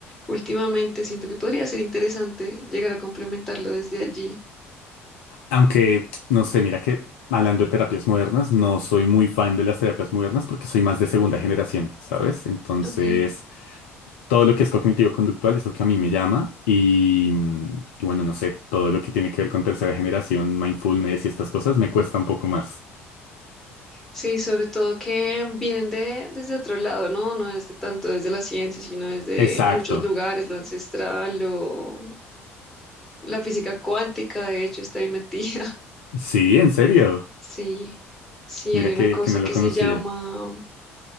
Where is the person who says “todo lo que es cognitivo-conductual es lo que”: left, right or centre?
Left